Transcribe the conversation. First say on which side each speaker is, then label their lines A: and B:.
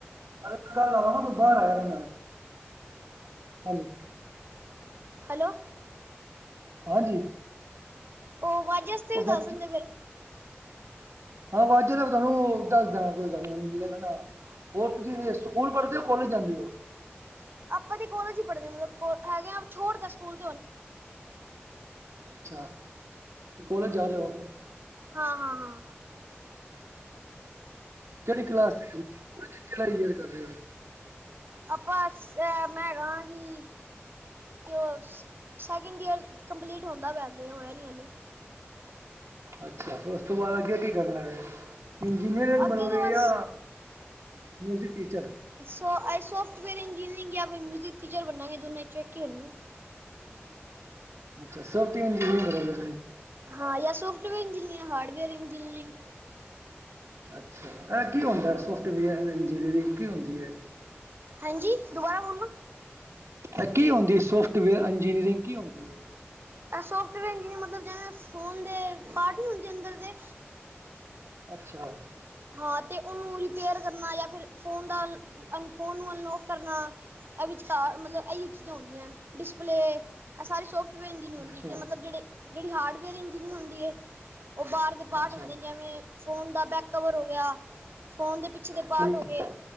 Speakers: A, on the right; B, on the right.
A: ਅਰੇ ਕੱਲ ਆਵਾਗਾ ਮੈ ਬਾਹਰ ਆਇਆ ਦਾ ਮੈ ਹੰਜੀ
B: ਹੈਲੋ
A: ਹਾਂਜੀ
B: ਉਹ ਵਾਜੇ ਵਾਸਤੇ
A: ਉਹ
B: ਵੀ ਦੱਸ
A: ਫੈਕਟਰੀ
B: ਦਿੰਦੇ ਫੇਰ
A: ਹਾਂ ਵਾਜੇ ਦਾ ਤੁਹਾਨੂੰ ਦੱਸ ਦਵਾਗਾ ਕੋਈ ਗੱਲ ਨਈ ਮੈਨੂੰ ਮਿਲੇਗਾ ਨਾ ਹੋਰ ਤੁਸੀਂ ਸਕੂਲ ਪੜ੍ਹਦੇ ਹੋ ਕੋਲੇਜ ਜਾਂਦੇ ਹੋ
B: ਆਪਾਂ ਤੇ ਕਾਲੇਜ ਚ ਹੀ ਪੜ੍ਹਦੇ ਹ ਮਤਲਬ ਹੈਗੇ ਆ ਛੋਟ ਤਾਂ ਸਕੂਲ
A: ਅੱਛਾ ਤੁ ਕੋਲੇਜ ਜਾ ਰਹੇ ਹੋ
B: ਹਾਂ, ਹਾਂ, ਹਾਂ
A: ਕਿਹੜੀ ਕਲਾਸ ਚ ਹੋ ਕੇੜਾ ਈਅਰ ਕਰ ਰਹੇ ਹੋ
B: ਆਪਾਂ ਸੈ ਮੈਂਗਾਾਂ ਨਿ ਉਹ ਸੈਕਿੰਡ ਈਅਰ ਕੰਪਲੀਟ ਹੁੰਦਾ ਪਿਆ ਹਲੇ ਹੋਇਆ ਨਹੀਂ ਹਾਲੇ
A: ਅੱਛਾ ਫੇਰ ਉਸ ਤੋਂ ਬਾਅਦ ਅੱਗੇ ਕੀ ਕਰਨਾ ਜੇ ਇੰਜਨੀਅਰ
B: ਅੱਗੇ
A: ਬਣੂਗੇ
B: ਤੇ ਬਸ
A: ਯ ਮਿਊਜ਼ਿਕ ਟੀਚਰ
B: ਤੋ ਆ ਸੋਫਟ ਵੇਅਰ ਇੰਜਨੀਅਰਿੰਗ ਜਾਂ ਫਿਰ ਮਿਊਜਿਕ ਟੀਚਰ ਬੰਨਾਗੇ ਦੋਨਾਂ ਚੋਂ ਇੱਕ ਹੀ ਬਣਾਂਗੇ।
A: ਅੱਛਾ ਸੋਫਟ ਇੰਜੀਨੀਅਰ ਬਣੋਗੇਜੀ
B: ਹਾਂ ਯਾ ਸੋਫਟਵੇਅਰ ਇੰਜੀਨੀਅਰਿੰਗ ਯਾ ਹਾਰਡਵੇਅਰ ਇੰਜੀਨੀਅਿੰਗ।
A: ਅੱਛਾ ਇਹ ਕੀ ਹੁੰਦਾ ਸੋਫਟਵੇਅਰ ਇੰਜੀਨੀਅਰਿੰਗ, ਕੀ ਹੁੰਦੀ ਹੈ?
B: ਹਾਂਜੀ ਦੁਬਾਰਾ ਬੋਲਨਾ
A: ਏ ਕੀ ਹੁੰਦੀ, ਸੋਫਟਵੇਅਰ ਇੰਜੀਨੀਅਰਿੰਗ ਕੀ ਹੁੰਦੀ ਹੇ?
B: ਏ ਸੋਫਟਵੇਅਰ ਇਨਜੀਨਰਿੰਗ ਮਤਲਬ ਜਿਵੇਂ ਫੋਨ ਦੇ ਪਾਰਟ ਨੀ ਹੁੰਦੇ ਅੰਦਰ ਦੇ।
A: ਅੱਛਾ
B: ਹਾਂ, ਤੇ ਉਹਨੂੰ ਰਿਪੇਅਰ ਕਰਨਾ ਜਾਂ ਫਿਰ ਫੋਨ ਦਾ ਅਨ ਫੋਨ ਨੂੰ ਅਨਲੋਕ ਕਰਨਾ ਇਹ ਵਿਚਕਾਰ ਮਤਲਬ ਇਹੀ ਚੀਜ਼ਾਂ ਹੁੰਦੀਆਂ। ਡਿਸਪਲੇ ਇਹ ਸਾਰੇ ਸੋਫਟਵੇਅਰ ਇੰਜੀਨਅਰ
A: ਅੱਛਾ
B: ਹੁੰ ਜ ਮਤਲਬ ਜਹੜੇਿਹੜੀ ਹਾਰਡਵੇਅਰ ਇੰਜੀਨਅਰ ਰੁੰਦੀ ਹੈ। ਉਹ ਬਾਹਰ ਦੇ ਪਾਰਟ
A: ਅੱਛਾ
B: ਹੁੰਦੇ ਨੇ ਜਿਵੇਂ ਫੋਨ ਦਾ ਬੈਕ ਕਵਰ ਹੋ ਗਿਆ ਫੋਨ ਦੇ ਪਿੱਛੇ ਦੇ
A: ਠੀਕ
B: ਪਾਰਟ ਹੋ ਗਏ
A: ਹੈ,